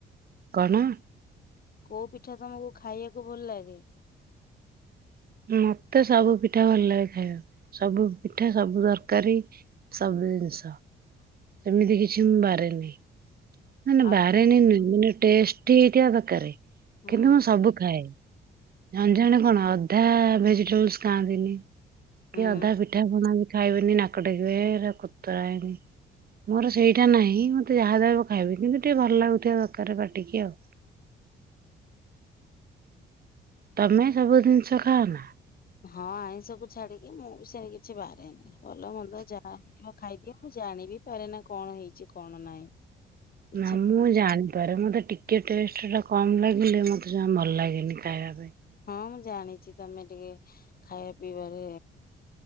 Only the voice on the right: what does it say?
କଣ?
ମତେ ସବୁ ପିଠା ଭଲ ଲାଗେ ଖାଇବାକୁ ସବୁ ପିଠା ସବୁ ତରକାରୀ ସବୁ ଜିନିଷ ସେମିତି କିଛି ମୁଁ ବାରେନି ନାଇଁ ନାଇଁ
ବାରେନି ନୁହେଁ ମାନେ ଟେଷ୍ଟୀ ହେଇଥିବା ଦରକାରେ
କିନ୍ତୁ ମୁଁ ସବୁ ଖାଏ। ଜଣେ ଜଣେ କଣ ଅଧା ଭେଜିଟେବୁଲସ ଖାଆନ୍ତିନି
କି ଅଧା ପିଠାପଣା ବି ଖାଇବେନି ନାକ ଟେକିବେ ହେଇରା କୁତରା ହେଇନି ମୋର ସେଇଟା ନାହିଁ ମତେ ଯାହା ଯାହାଦବ ଖାଇବି କିନ୍ତୁ ଟିକେ ଭଲ ଲାଗୁଥିବା ଦରକାର ପାଟିକି ଆଉ। ତମେ ସବୁ ଜିନିଷ ଖାଅ ନା?
ନା ମୁଁ ଜାଣିପାରେ ମତେ ଟିକେ କିଏ ଟେଷ୍ଟ ଟା କମ୍ ଲାଗିଲେ ମତେ ଯାହା ଭଲ ଲାଗେନି ଖାଇବା ପାଇଁ।